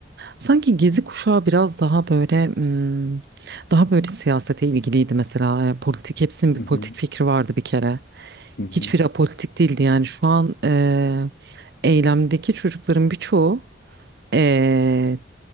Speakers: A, on the right (about 55°); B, on the left (about 55°).
A: Sanki Gezi kuşağı biraz daha böyle hmm, daha böyle siyasete ilgiliydi mesela. Yani politik hepsinin bir
B: Hı
A: politik
B: hı,
A: fikri vardı bir kere.
B: hı hı,
A: Hiçbiri apolitik değildi yani şu an eee, eylemdeki çocukların birçoğu eee,